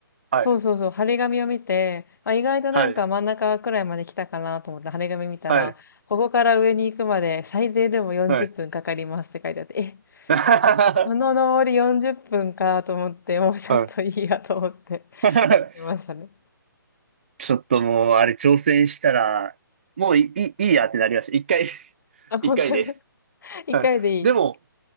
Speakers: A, on the left; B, on the right.
A: そうそうそう、
B: はい、
A: 貼り紙を見て、あ、意外となんか真ん中くらいまで来たかなと思って貼り紙見たら、
B: はい、はい、
A: ここから上に行くまで最低でも40分かかりますって書いてあって、
B: はい。
A: え、
B: <laughs> は
A: この登り40分かと思って、もうちょっといいやと思って
B: い <laughs>
A: 書いてましたね。
B: ちょっともう、あれ、挑戦したら、もういい、いいやってなりました。一回、<laughs>
A: あ、本当に
B: 一回です。
A: <laughs> 一回でいい。
B: はい。でも、